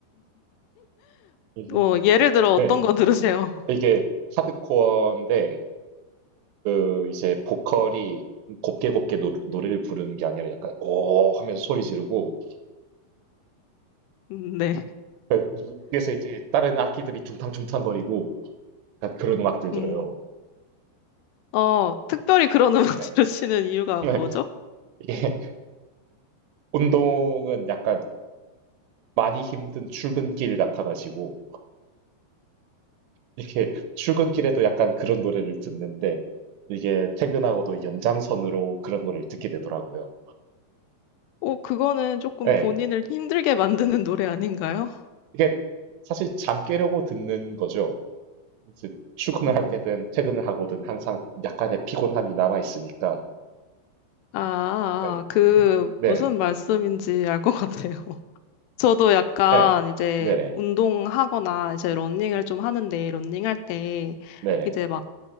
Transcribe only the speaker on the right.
흠
네.
이게 하드코어인데 그 이제 보컬이 곱게 곱게 노 노래를 부르는 게 아니라 약간 "오." 하면서 소리 지르고
그 그래서 이제 다른 악기들이 둥탕둥탕거리고 약간 그런 음악들 들어요.
네.
네.
<laughs> 이게 운동은 약간 많이 힘든 출근길 같아 가지고 이렇게 출근길에도 약간 그런 노래를 듣는데 이게 퇴근하고도 연장선으로 그런 노래를 듣게 되더라고요.
예.
이게 사실 잠 깨려고 듣는 거죠. 이제 출근을
할 때든 퇴근을 하고든 항상 약간의 피곤함이 남아 있으니까.
예.
네네.
예.
네네.
네네.